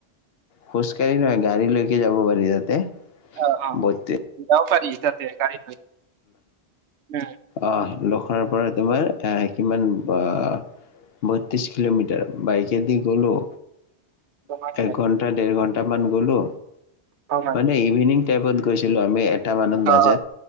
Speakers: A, on the left; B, on the right.
A: খোজকাঢ়ি নহয় গাড়ী লৈকে যাব পাৰি তাতে।
B: অ অ
A: বত্ৰিশ
B: যাব পাৰি তাতে গাড়ী লৈ। উম,
A: আহ, লোখৰাৰ পৰা তোমাৰ আহ কিমান আহ বত্ৰিশ কিলোমিটাৰ বাইকে দি গ'লো।
B: তোমাক
A: এক ঘন্টা দেৰ ঘন্টা মান গলো,
B: তোমাক
A: মানে ইভিনিং কেবত গৈছিলো আমি এটা মানত বাজাত।
B: অ'